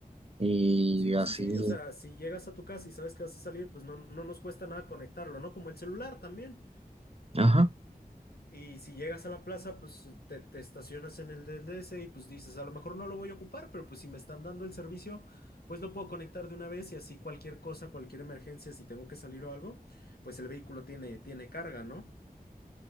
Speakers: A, on the right (about 40°); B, on the left (about 80°).
A: y
B: Sí,
A: así,
B: sí, sí, o sea, si llegas a tu casa y sabes que vas a salir, pues no, no nos cuesta nada conectarlo, ¿no? Como el celular también.
A: ajá,
B: Y si llegas a la plaza, pues te, te estacionas en el del DS y pues dices, a lo mejor no lo voy a ocupar, pero pues si me están dando el servicio, pues lo puedo conectar de una vez y así cualquier cosa, cualquier emergencia, si tengo que salir o algo, pues el vehículo tiene, tiene carga, ¿no?